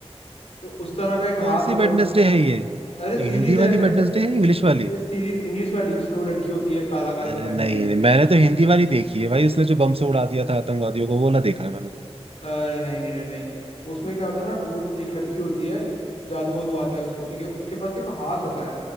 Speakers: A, on the left; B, on the right.
A: तो उस तरह का एक
B: कौन
A: हाथ
B: सी
A: हो मेरे
B: वेडनेसडे है ये ये
A: अरे सीरीज
B: हिंदी
A: है
B: वाली
A: वे-
B: वेडनेसडे है इंग्लिश वाली
A: अरे सीरीज इंग्लिश वाली जिसमें वो लड़की होती है काला काला
B: अरे
A: सा पहनती
B: नहीं
A: है
B: नहीं, मैंने तो हिंदी वाली देखी है भाई उसने जो बम से उड़ा दिया था आतंकवादियों को वो ना देखा है मैंने तो
A: अरे नहीं नहीं नहीं नहीं उसमें क्या होता है ना वो एक लड़की होती है जादू वादू आता है उसको ठीक है उसके पास एक हाथ होता है